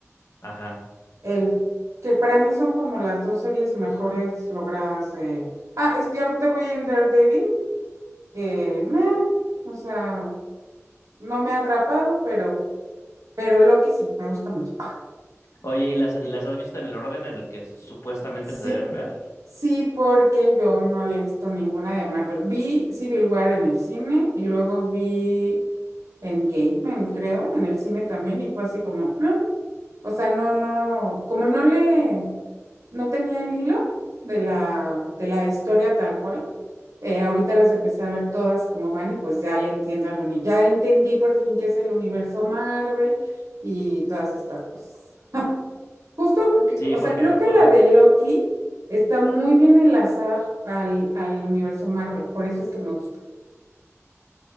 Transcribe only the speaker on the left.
Ajá.
Oye, ¿y las, y las has visto en el orden en el que supuestamente
se deben ver?
Sí,
porque,
ah,
porque
ah,